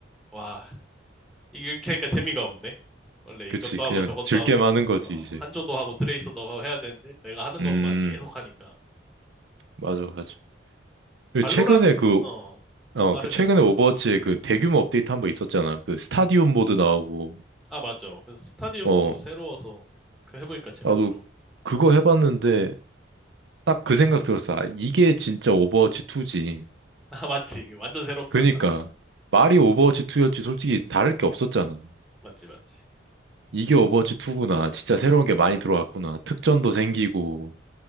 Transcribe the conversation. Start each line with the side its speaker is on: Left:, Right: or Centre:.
Centre: 와 이렇게 하니까 재미가 없네. 원래
Right: 그치.
Centre: 이것도
Right: 그냥
Centre: 하고 저것도
Right: 즐게
Centre: 하고,
Right: 많은 거지,
Centre: 어,
Right: 이제.
Centre: 한조도 하고 트레이서도 하고 해야 되는데, 내가 하는
Right: 음.
Centre: 것만 계속 하니까.
Right: 맞아, 맞아. 그
Centre: 발로란트,
Right: 최근에 그,
Centre: 어,
Right: 어,
Centre: 말해.
Right: 그 최근에 오버워치에 그 대규모 업데이트 한 번 있었잖아. 그 스타디움 모드 나오고,
Centre: 아, 맞아. 그래서 스타디움도
Right: 어,
Centre: 새로워서 그 해보니까 재밌더라고.
Right: 나도 그거 해봤는데 딱 그 생각 들었어. 아, 이게 진짜 오버워치 2지.
Centre: <laughs> 아, 맞지. 이게 완전 새롭잖아.
Right: 그니까 말이 오버워치 2였지 솔직히 다를 게 없었잖아.
Centre: 맞지, 맞지.
Right: 이게 오버워치 2구나. 진짜 새로운 게 많이 들어왔구나. 특전도 생기고,